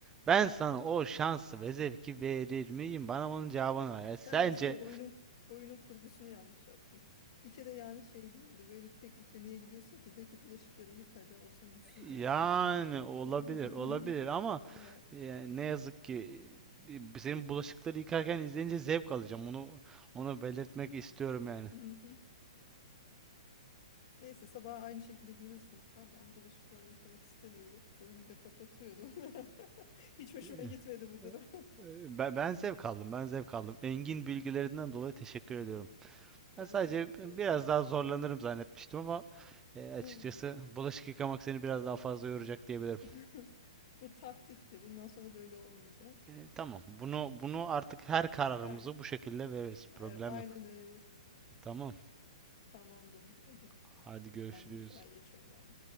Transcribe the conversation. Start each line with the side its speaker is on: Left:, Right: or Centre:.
Right: Ben sana o şansı ve zevki verir miyim? Bana onun cevabını ver. Yani sence
Left: Ben şey oyunun oyunun kurgusunu yanlış yaptım. Bir kere yani şey değildi. Böyle bir teklifle niye gidiyorsun ki? De ki bulaşıkları yık hadi olsun bitsin
Right: yani
Left: yani. Çok saçmaydı
Right: olabilir,
Left: yani.
Right: olabilir ama
Left: <laughs> Yani.
Right: yani ne yazık ki e, senin bulaşıkları yıkarken izleyince zevk alacağım. Onu onu belirtmek istiyorum yani.
Left: <laughs> Neyse sabah aynı şekilde görürsün mutfağı. Ben bulaşık falan yıkamak istemiyorum. Oyunu da kapatıyorum. <laughs> Hiç hoşuma
Right: E,
Left: gitmedi bu durum. <laughs>
Right: e, Ben, ben zevk aldım, ben zevk aldım. Engin bilgilerinden dolayı teşekkür ediyorum.
Left: Ben
Right: Ben sadece
Left: teşekkür
Right: biraz
Left: ederim.
Right: daha zorlanırım zannetmiştim ama e, açıkçası
Left: Bu
Right: bulaşık yıkamak seni biraz daha fazla yoracak diyebilirim.
Left: <laughs> bu taktikti. Bundan sonra böyle olmayacak.
Right: E, tamam. Bunu bunu
Left: Tamam.
Right: artık her kararımızı
Left: Aynen.
Right: bu şekilde veririz.
Left: E,
Right: Problem
Left: Aynen
Right: yok.
Left: öyle.
Right: Tamam.
Left: Tamamdır. Hadi.
Right: Hadi görüşürüz.
Left: Ben mutfağa geçiyorum ben.